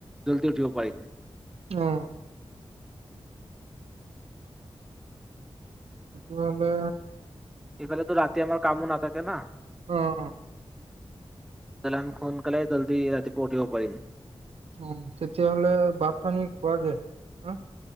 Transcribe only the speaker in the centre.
জল্দি উঠিব পাৰিম
সেইফালেতো ৰাতি আমাৰ কামো নাথাকে <unintelligible>
<unintelligible> সোনকালে জল্দি ৰাতিপুৱা উঠিব পাৰিম।